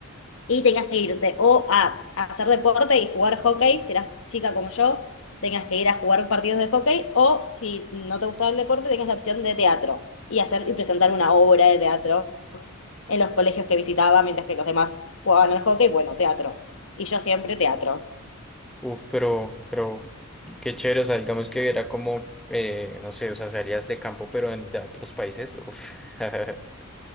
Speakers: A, on the left; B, in the centre.
A: y tengas que irte o a, a hacer deporte y jugar hockey, si eras chica como yo, tengas que ir a jugar partidos de hockey, o si no te gustaba el deporte, tengas la opción de teatro y hacer y presentar una obra de teatro en los colegios que visitaba, mientras que los demás jugaban al hockey, bueno, teatro. Y yo siempre teatro.
B: Uf, pero, pero qué chévere. O sea, digamos que era como, eh, no sé, o sea, salías de campo, pero en, de otros países. Uf. <laughs>